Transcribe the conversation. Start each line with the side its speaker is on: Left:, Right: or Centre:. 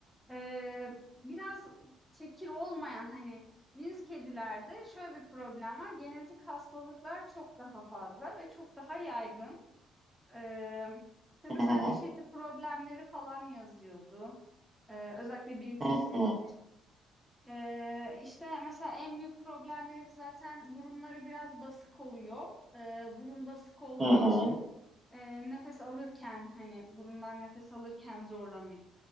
Centre: Ee, biraz çekir olmayan hani cins kedilerde şöyle bir problem var. Genetik hastalıklar çok daha fazla ve çok daha yaygın. Ee, işte mesela
Right: Hı hı,
Centre: diş eti problemleri falan yazıyordu. Ee, özellikle British'ler
Right: hı hı,
Centre: için. Ee, işte mesela en büyük problemleri zaten burunları biraz basık oluyor. Ee, burun basık olduğu
Right: hı hı,
Centre: için e, nefes alırken hani burundan nefes alırken zorlanıyor